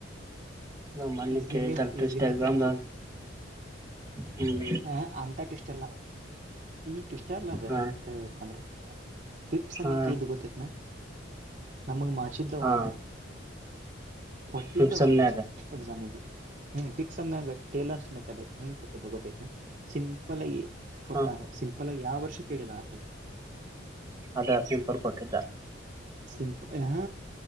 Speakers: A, on the right; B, on the right.
A: ನಾವ್ ಮೊನ್ನೆ
B: ಈಸಿಯಾಗೆ
A: ಕೇಳಿದ್ದಲ್
B: ಈಸಿನ
A: ಇನ್ಸ್ಟಾಗ್ರಾಮ್
B: ಇರ್ತೇತಿ
A: ಹ್ಮ್
B: ಹ ಅಂತ ಟ್ವಿಿಸ್ ಎಲ್ಲ ಈ ಟ್ವಿಷ್ಟ ಅಲ್ಲ ಅದ
A: ಹಾ
B: ಕರಿಂದ್ರೆ ಪಪ್ ಸಮೀಕ್
A: ಹಾ
B: ಇದು ಗೊತ್ತೈತ್ನಾ ನಮಗ್ ಮಾಡ್ಸಿದ್ದ
A: ಹಾ
B: ಒಂದು ಟ್ಟಿದ್ದ
A: ಫಿಫ್ತ್ ಸೆಮ್ನ್ಯಾಗ
B: ಒಂದು ಎಸ <inaudible> ಹ್ಮ ಪಿಕ್ಸ್ ಟೇಲರ್ ಮೆಡ್ ನ್ ಬಗತ ನ ಸಿಂಪಲ್ ಆಗಿ ಕೊಟ್ಟಾರ
A: ಹಾ
B: ಸಿಂಪಲ್ ಅಲ್ಲ ಯಾವ ವರ್ಷ ಕೆ ಆಟ
A: ಅದ ಸಿಂಪಲ್ ಕೊಟ್ಟಿದ್ದ
B: ಸಿಂಪ ಹ